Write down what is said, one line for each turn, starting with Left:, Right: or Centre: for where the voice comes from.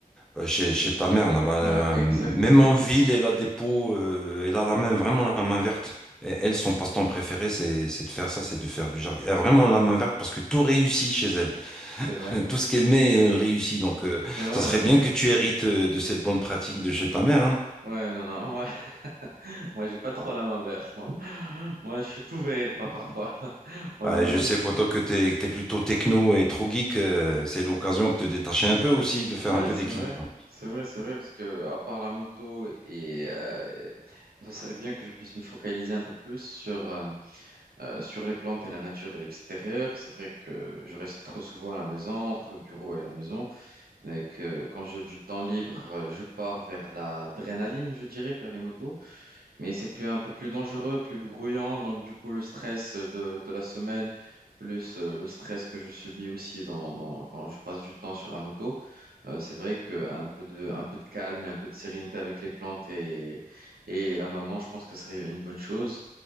Centre: euh, euh, chez, chez ta mère là-bas, euh,
Right: Ouais, exactement.
Centre: même en ville, elle a des pots, euh, elle a la main, vraiment la main verte. Et elle, son passe-temps préféré, c'est, c'est de faire ça, c'est de faire du jardin. Elle a vraiment la main verte parce que tout réussit chez elle.
Right: C'est
Centre: <laughs>
Right: vrai.
Centre: Tout ce qu'elle met, elle réussit. Donc, euh,
Right: C'est vrai,
Centre: ça serait
Right: ouais.
Centre: bien que tu hérites euh, de cette bonne pratique de chez ta mère, hein.
Right: Ouais, non, non. Moi, <laughs> moi j'ai pas trop la main verte, moi. <laughs> Moi, je suis tout vert, pas parfois. <laughs> Moi,
Centre: Ah,
Right: dans la
Centre: je
Right: vie,
Centre: sais,
Right: je-
Centre: poto, que t'es, es plutôt techno et trop geek. euh, c'est l'occasion de te détacher un peu aussi, de faire
Right: Ouais,
Centre: un peu
Right: c'est
Centre: d'équilibre.
Right: vrai, c'est vrai, c'est vrai, parce que à part la moto et euh, ça serait bien que je puisse me focaliser un peu plus sur euh, euh, sur les plantes et la nature et l'extérieur. C'est vrai que je reste trop souvent à la maison, entre le bureau et la maison. Et que quand j'ai du temps libre, euh, je pars vers de l'adrénaline, je dirais, vers les motos. Mais c'est plus, un peu plus dangereux, plus bruyant. Donc, du coup, le stress de, de la semaine, plus euh, le stress que je subis aussi dans, dans- quand je passe du temps sur la moto, euh, c'est vrai qu'un peu de, un peu de calme et un peu de sérénité avec les plantes et, et la maman, je pense que ça serait une bonne chose.